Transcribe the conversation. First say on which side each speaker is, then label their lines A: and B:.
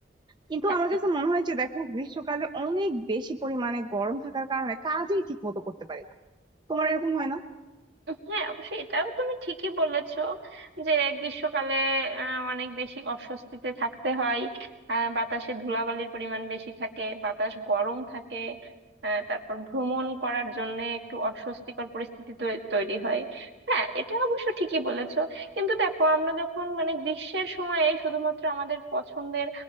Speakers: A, on the right (about 25°); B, on the right (about 70°).
A: কিন্তু
B: হ্যাঁ
A: আমার কাছে মনে হয় যে দেখো গ্রীষ্মকালে অনেক বেশি পরিমাণে গরম থাকার কারণে কাজই ঠিক মতো করতে পারি না তোমার এরকম হয় না
B: হ্যাঁ অবশ্যই এটাও তুমি ঠিকই বলেছো যে গ্রীষ্মকালে আহ, অনেক বেশি অস্বস্তিতে থাকতে হয় আহ, বাতাসে ধুলাবালির পরিমাণ বেশি থাকে বাতাস গরম থাকে আহ, তারপর ভ্রমণ করার জন্য একটু অস্বস্তিকর পরিস্থিতি তৈ- তৈরি হয় হ্যাঁ এটা অবশ্য ঠিকই বলেছো কিন্তু দেখো আমরা যখন মানে গ্রীষ্মের সময়ে শুধুমাত্র আমাদের পছন্দের